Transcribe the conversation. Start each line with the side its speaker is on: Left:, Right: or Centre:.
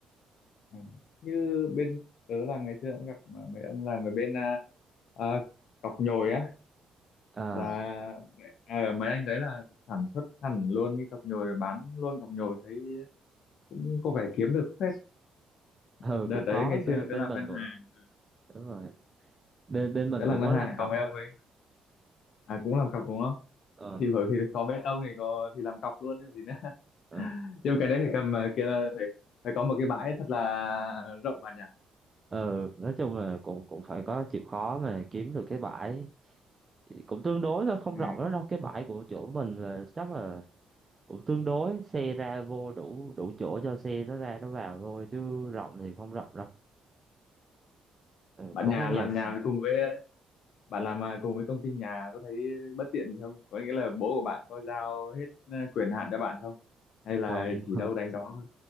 Left: Ừ. như bên tớ làm ngày xưa cũng gặp mà mấy ông làm ở bên à, à, cọc nhồi á
Right: ờ
Left: là à, mấy anh đấy là sản xuất hẳn luôn cái cọc nhồi rồi bán luôn cọc nhồi thấy cũng có vẻ kiếm được phết
Right: ừ
Left: đợt
Right: cũng có
Left: đấy ngày xưa
Right: bên
Left: tớ
Right: bên
Left: làm
Right: mình
Left: ngân hàng
Right: cũng đúng rồi bên bên mình
Left: tớ làm
Right: cũng
Left: ngân
Right: có
Left: hàng
Right: làm cọc
Left: còn mấy ông ấy à cũng làm cọc đúng không
Right: ờ
Left: thì bởi vì có bê tông thì có thì làm cọc luôn chứ còn gì nữa <laughs>
Right: ờ
Left: nhưng mà cái đấy phải cầm à, kia là phải phải có một cái bãi thật là rộng bạn nhỉ
Right: ừ nói chung là cũng cũng phải có chịu khó mà kiếm được cái bãi cũng tương đối thôi không
Left: Ừ.
Right: rộng lắm đâu cái bãi của chỗ mình là chắc là cũng tương đối xe ra vô đủ đủ chỗ cho xe nó ra nó vào thôi chứ rộng thì không rộng đâu ừ,
Left: bạn
Right: có
Left: nhà
Right: cái nhà
Left: làm
Right: s-
Left: nhà cùng với bạn làm à, cùng với công ty nhà có thấy bất tiện gì không có nghĩa là bố của bạn có giao hết à, quyền hạn cho bạn không hay là
Right: không
Left: chỉ đâu đánh đó thôi